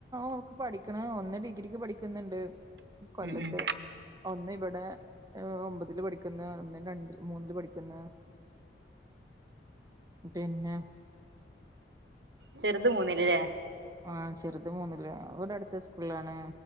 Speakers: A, on the right; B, on the right.
A: ഓക്ക് പഠിക്കണ് ഒന്ന് ഡിഗ്രിക്ക് പഠിക്കുന്നണ്ട് കൊല്ലത്ത്
B: ഉം ഉം
A: ഒന്ന് ഇവിടെ ഒ ഒമ്പതില് പഠി ക്കുന്ന ഒന്ന് രണ്ട് മൂന്നില് പഠിക്കുന്ന് പിന്ന
B: ചെറുത് മൂന്നില്ലല്ലേ
A: ആ ചെറുത് മൂന്നില് ഇവടെ അടുത്ത സ്കൂളാണ്